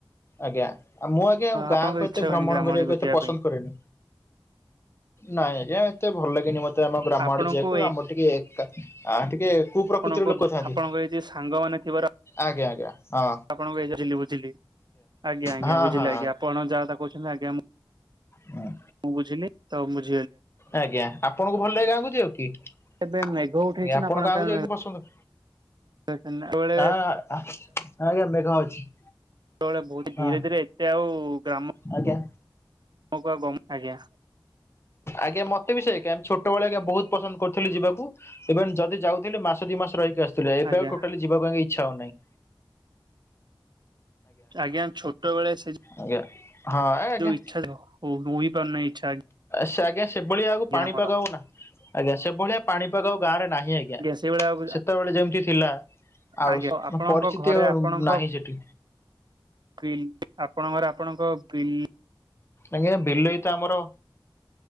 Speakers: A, on the left (about 30°); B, on the right (about 60°).
A: ଆଜ୍ଞା ମୁଁ ଆଜ୍ଞା ଗାଁକୁ
B: ଆପଣଙ୍କ ଇଚ୍ଛା
A: ଏତେ
B: ହୁଏନି
A: ଭ୍ରମଣ
B: ଗ୍ରାମ
A: କରିବାକୁ
B: ଆଡକୁ
A: ଏତେ
B: ଯିବା
A: ପସନ୍ଦ
B: ପାଇଁ
A: କରେନି। ନାଇଁ ଆଜ୍ଞା। ମତେ ଭଲ ଲାଗେନି ମୋତେ ଆମ ଗ୍ରାମ
B: ଆପଣଙ୍କୁ
A: ଆଡ଼େ ଯିବାକୁ ଆମର ଟିକେ ଏକା ଆ ଟିକେ କୁପ୍ରକୃତିର
B: ଆପଣଙ୍କ
A: ଲୋକ
B: ବୋ
A: ଥାନ୍ତି
B: ଆପଣଙ୍କ ଏଇଯେ ସାଙ୍ଗମାନେ ଥିବାର
A: ଆଜ୍ଞା ଆଜ୍ଞା ହଁ
B: ଆପଣଙ୍କୁ ଏଯେଲେ ବୁଝିଲି ବୁଝିଲି। ଆଜ୍ଞା ଆଜ୍ଞା
A: ହଁ
B: ବୁଝିଲେ
A: ହଁ
B: ଆଜ୍ଞା ଆପଣ ଯାହା ଟା କହୁଛନ୍ତି ଆଜ୍ଞା ମୁଁ
A: ହଁ।
B: ମୁଁ ବୁଝିଲି ତମ ବୁ
A: ଆଜ୍ଞା ଆପଣଙ୍କୁ ଭଲ ଲାଗେ ଗାଁ କୁୁ୍ ଯିବାକୁ କି?
B: ଏବେ ମେଘ ଉଠେଇଛି
A: ଆଜ୍ଞା
B: ନା
A: ଆପଣ
B: ଆପଣଙ୍କ
A: ଗାଁ
B: ଆଡେ
A: କୁ ଯିବାକୁ
B: ମେଘ
A: ପସନ୍ଦ
B: ଉଠେଇଛି ନା ବେଳେ
A: ଆ ଆ ଆଜ୍ଞା ମେଘ ଅଛି।
B: ଯେତେବେଳେ ବହୁତ ଧୀରେ
A: ହଁ
B: ଧୀରେ ଏତେ ଆଉ ଗ୍ରାମ
A: ଆଜ୍ଞା
B: ହଉ କି ଗମ୍ ଆଜ୍ଞା।
A: ଆଜ୍ଞା ମତେ ବି ସେଇ ଏକା ଆମେ ଛୋଟ ବେଳେ ଆଜ୍ଞା ବହୁତ ପସନ୍ଦ କରୁଥିଲୁ ଯିବାକୁ ଏବଂ ଯଦି ଯାଉଥିଲି ମାସେ ଦି ମାସେ ରହିକି ଆସୁଥିଲି ଏବେ
B: ଆଜ୍ଞା
A: ଆଉ ଟୋଟାଲି ଯିବାକୁ କାଇଁ ଇଚ୍ଛା ହଉନାହିଁ।
B: ଆଜ୍ଞା ଛୋଟ ବେଳେ ସେ
A: ଆଜ୍ଞା ହଁ ଆଜ୍ଞା
B: ଯଉ ଇଚ୍ଛା ମୁଁ ନୁହି ପାରୁନାହିଁ ଇଚ୍ଛା
A: ସେ ଆଜ୍ଞା ସେଭଳିଆକୁ
B: ଆଜ୍ଞା
A: ପାଣି
B: ଆମର
A: ପାଗ ଆଉ ନା ଆଜ୍ଞା ସେଭଳିଆ ପାଣି ପାଗ ଆଉ ଗାଁରେ ନାହିଁ ଆଜ୍ଞା।
B: ସେଇଭଳିଆ ଆଉ
A: ସେତେବେଳେ ଯେମିତି ଥିଲା। ଆଉ
B: ଆଜ୍ଞା ଆପଣଙ୍କ
A: ପରିସ୍ଥିତି
B: ଘରେ
A: ଆଉ
B: ଆପଣଙ୍କ
A: ନାହିଁ ସେଠି
B: ବିଲ ଆପଣଙ୍କର ଆପଣଙ୍କ ବିଲ
A: ଆଜ୍ଞା ବିଲ ଏଇତ ଆମର